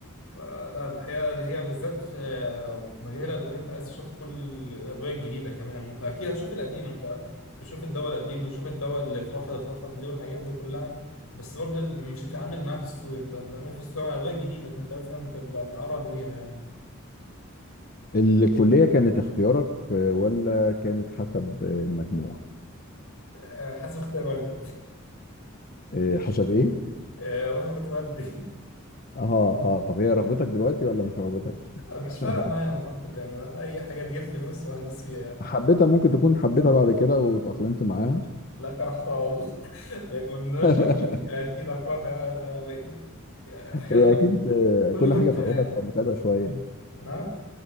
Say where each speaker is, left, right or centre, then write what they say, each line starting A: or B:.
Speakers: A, on the left (about 85°); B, on the left (about 45°).
A: لا الحقيقه اللي هي بالذات في لو في مجال الادويه انت عايز تشوف كل الادويه الجديده كمان اكيد هتشوف القديم انت بتشوف الدواء القديم وتشوف الدواء اللي اترفض اترفض ليه والحاجات دي كلها بس برضه مش هتتعامل معاه في السوق انت هتتعامل في السوق مع الادويه الجديده فانت لازم تبقى متعرض ليها يعني
B: الكلية كانت اختيارك آه، ولا كانت حسب آه، المجموع
A: أه، حسب اختيار والدي
B: آه، حسب ايه
A: أه، رغبه والدي
B: اه اه طب هي
A: <laughs>
B: رغبتك دلوقتي ولا مش رغبتك
A: مش فارقة
B: <laughs>
A: معايا موضوع كله يعني أي حاجة تجيب فلوس وهدوس فيها يعني
B: حبيتها ممكن تكون حبيتها بعد كده واتأقلمت معاها
A: لا كرهتها والله <laughs> لأن أنا
B: <laughs>
A: شفت فيها أكيد أكرهها يعني أنا بقيت- يعني تخيل
B: هي
A: أنا
B: اكيد آه،
A: كل
B: كل
A: يوم امتحان
B: حاجه في اولها بتبقى متعبه شويه
A: نعم